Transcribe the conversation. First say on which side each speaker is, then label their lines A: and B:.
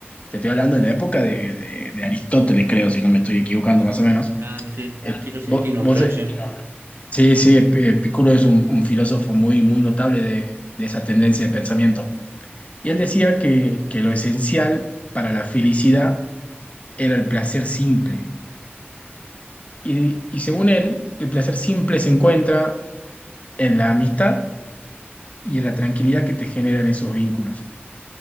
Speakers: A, on the left; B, on the right.
A: Te estoy hablando de la época de, de- de Aristóteles, creo, si no me estoy equivocando más o menos.
B: Claro, sí,
A: Eh,
B: sí lo sentí,
A: sí, vos-
B: nombrar,
A: vos- eh,
B: che.
A: sí, sí, Ep- Epicuro es un, un filósofo muy, muy notable de, de esa tendencia de pensamiento. Y él decía que, que lo esencial para la felicidad era el placer simple. Y, y según él, el placer simple se encuentra en la amistad y en la tranquilidad que te generan esos vínculos.